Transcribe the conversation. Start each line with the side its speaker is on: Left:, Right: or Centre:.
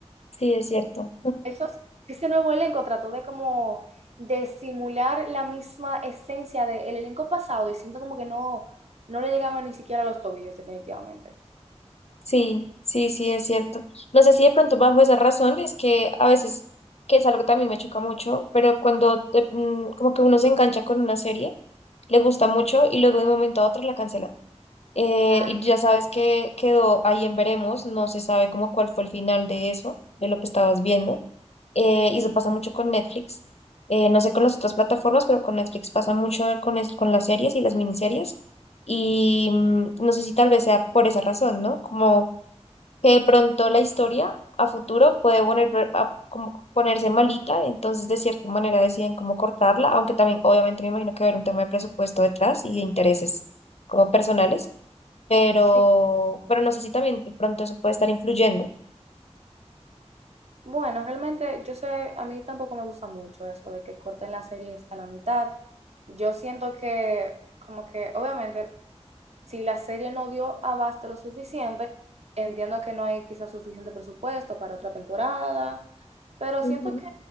Left: Sí, es cierto.
Right: Esos, ese nuevo elenco trató de como de simular la misma esencia del elenco pasado y siento como que no, no le llegaban ni siquiera a los tobillos, definitivamente.
Left: Sí, sí, sí, es cierto. No sé si de pronto bajo esa razón es que a veces, que es algo que también me choca mucho, pero cuando eh, mm, como que uno se engancha con una serie, le gusta mucho y luego de un momento a otro la cancela. Eh,
Right: Ah,
Left: y ya sabes que quedó ahí en veremos, no se sabe como cuál fue el final de eso, de lo que estabas viendo. Eh, y eso pasa mucho con Netflix. Eh, no sé con las otras plataformas, pero con Netflix pasa mucho con, es- con las series y las miniseries. Y mm, no sé si tal vez sea por esa razón, ¿no? Como que de pronto la historia a futuro puede poner, a- como ponerse malita, entonces de cierta manera deciden cómo cortarla, aunque también obviamente me imagino que va a haber un tema de presupuesto detrás y de intereses como personales, pero,
Right: sí.
Left: pero no sé si también de pronto eso puede estar influyendo.
Right: Bueno, realmente yo sé, a mí tampoco me gusta mucho eso de que corten las series a la mitad. Yo siento que, como que, obviamente, si la serie no dio abasto lo suficiente, entiendo que no hay quizás suficiente presupuesto para otra temporada, pero
Left: Ujú.
Right: siento que